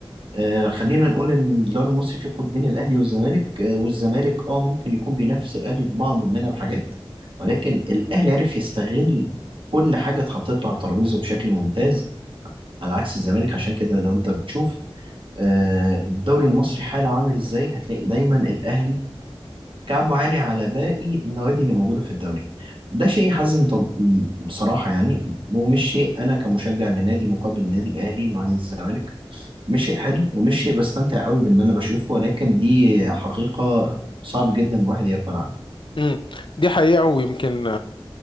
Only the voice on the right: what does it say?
آه خلينا نقول ان الدوري المصري فيه قطبين الاهلي والزمالك آه والزمالك اه ممكن يكون بينافس الاهلي في بعض من الحاجات ولكن الاهلي عرف يستغل كل حاجه اتحطت له على الترابيزه بشكل ممتاز على عكس الزمالك عشان كده لو انت بتشوف آه الدوري المصري حاله عامل ازاي هتلاقي دايما الاهلي كعبه عالي على باقي النوادي اللي موجوده في الدوري ده شيء يحزن طب بصراحه يعني ومش شيء انا كمشجع لنادي مقابل النادي الاهلي وعن الزمالك مش شيء حلو ومش شيء بستمتع قوي بان انا بشوفه ولكن دي حقيقة صعب جدا الواحد يغفل عنها